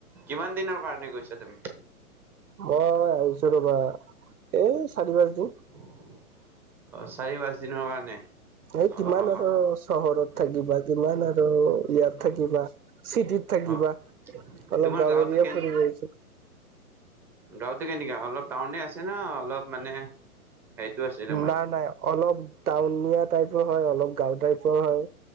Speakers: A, in the centre; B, on the right.
A: কিমান দিনৰ কাৰণে গৈছা তুমি
B: মই আহিছো ৰবা এই চাৰি পাঁচ দিন
A: অ চাৰি পাঁচ দিনৰ কাৰণে
B: এই
A: অ
B: কিমান
A: অ
B: আৰু
A: অ
B: চহৰত থাকিবা কিমান আৰু ইয়াত থাকিবা চিটিত থাকিবা
A: অ
B: অলপ
A: তোমাৰ
B: গাঁও
A: গাঁওটো
B: এৰিয়া ফুৰিব আহিছো
A: গাঁৱটো কেনেকা অলপ টাউনে আছে ন অলপ মানে সেইটো আছে তোমাৰ
B: নাই নাই অলপ টাউনীয়া টাইপৰ হয় অলপ গাঁও টাইপৰ হয়